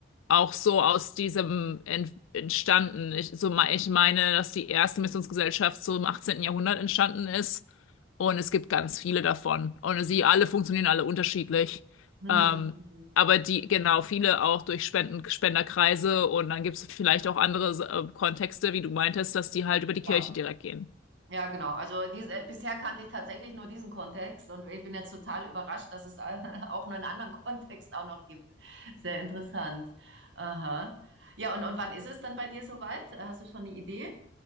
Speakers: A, on the left (about 80°); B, on the right (about 60°).
A: auch so aus diesem ent entstanden. Ich, so, me- ich meine, dass die erste Missionsgesellschaft so im 18. Jahrhundert entstanden ist und es gibt ganz viele davon. Und sie alle funktionieren alle unterschiedlich.
B: Mhm.
A: Ähm,
B: Mhm.
A: aber die, genau, viele auch durch Spenden, Spenderkreise und dann gibt es vielleicht auch andere äh, Kontexte, wie du meintest, dass die halt über
B: Ja.
A: die Kirche direkt gehen.
B: Ja, genau. Also, diese äh, bisher kannte ich tatsächlich nur diesen Kontext und ich bin jetzt total überrascht, dass es äh, <laughs> auch nur 'nen anderen Kontext auch noch gibt. Sehr interessant. Aha. Ja, und und wann ist es dann bei dir soweit? Hast du schon eine Idee?